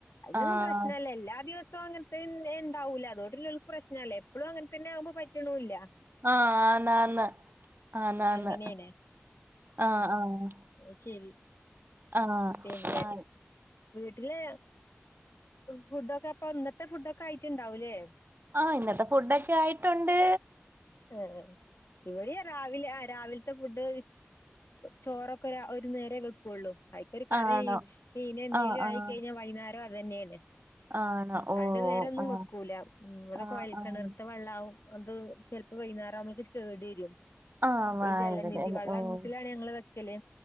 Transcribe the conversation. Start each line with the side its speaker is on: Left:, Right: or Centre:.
Left: അയിനൊന്നും
Right: ആഹ്
Left: പ്രശ്നല്ല എല്ലാ ദിവസവും ങ്ങനെ പിന്നെ ഉണ്ടാവുലെ അതോണ്ട്ള്ള പ്രശ്നല്ല എപ്പളും അങ്ങൻതന്നെ ആകുമ്പോ പറ്റണുല്ല
Right: ആഹ് ആന്ന് ആന്ന് ആന്ന് ആന്ന്
Left: അങ്ങനെയാണ്
Right: ആഹ് ആഹ്
Left: അത് ശരി
Right: ആഹ്
Left: പിന്നെ
Right: ആഹ്
Left: വീട്ടിലെ ഫുഡൊക്കെ പ്പ ഇന്നത്തെ ഫുഡൊക്കെ ആയിട്ടുണ്ടാവൂലേ
Right: ആഹ് ഇന്നത്തെ ഫുഡൊക്കെ ആയിട്ടുണ്ട്
Left: ആഹ് ഇവിടെ രാവിലെ ആഹ് രാവിൽ ലത്തെ ഫുഡ് ചോറൊക്കെ ഒരു നേരെ വെക്കുള്ളു വയ്യിട്ട് ഒരു കറി
Right: ആണോ
Left: മീന് എന്തേലും
Right: ആഹ് ആഹ്
Left: ആയിക്കഴിഞ്ഞാൽ വൈകുന്നേരം അത് തന്നെയാണ്
Right: ആണോ
Left: രണ്ടു
Right: ഓഹ്
Left: നേരൊന്നും
Right: ആഹ്
Left: വെക്കൂല ഇവിടെ
Right: ആഹ്
Left: കോഴൽക്കിണർത്ത്
Right: ആഹ്
Left: വെള്ളാവും അത് ചെൽ പ്പ വൈകുന്നേരം നമ്മൾക്ക് കേടി വരും
Right: ആഹ്
Left: അപ്പൊ
Right: വായവിടെ
Left: ഈ ജലനിധി
Right: അല്ലെ
Left: വെള്ളം
Right: ഓഹ്
Left: ത്തിലാണ് ഞങ്ങള് വെക്കല്